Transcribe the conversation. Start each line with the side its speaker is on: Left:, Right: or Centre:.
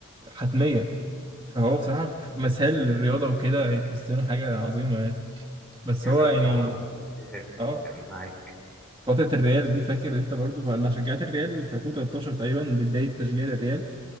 Right: حتمية فهو بصراحة في مثال للرياضة وكده كريستيانو حاجة عظيمة يعني بس
Centre: انا
Right: هو يعني
Centre: بصراحه متفق
Right: اه
Centre: معاك
Right: فترة الريال دي فاكر انت برضو فانا شجعت الريال في 2013 تقريبا دي بداية تشجيع الريال